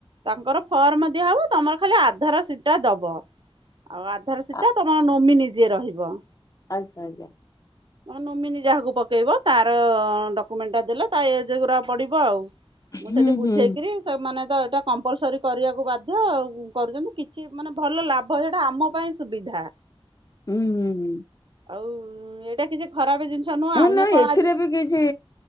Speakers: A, on the right; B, on the left.
A: ତାଙ୍କର ଫର୍ମ ଦିଆ ହବ ତମର ଖାଲି ଆଧାର ସିଟ ଟା ଦବ ଆଉ ଆଧାର ସିଟ
B: ଆ
A: ଟା ତମର ନୋମିନିଜିଏ ରହିବ
B: ଆଚ୍ଛା ଆଜ୍ଞା।
A: ନୋମିନି ଯାହାକୁ ପକେଇବ ତାର ଡକୁମେଣ୍ଟ ଟା ଦେଲେ ତା ଏଜଗୁରା ପଢିବ ଆଉ। ମୁଁ
B: ହୁଁ
A: ସେଠି ବୁଝେଇକିରି
B: ହୁଁ
A: ସେମାନେ ତ କମ୍ପଲସରି କରିବାକୁ ବାଧ୍ୟ କରୁଛନ୍ତି କିଛି ମାନେ ଭଲ ଲାଭ ସେଇଟା ଆମ ପାଇଁ ସୁବିଧା
B: ହୁଁ ହୁଁ ହୁଁ।
A: ଆଉ ଏଇଟା କିଛି ଖରାପ ଜିନିଷ ନୁହଁ
B: ନା
A: ଆମେ
B: ନା
A: କଣ
B: ଏଥିରେ
A: ଆଜି
B: ବି କିଛି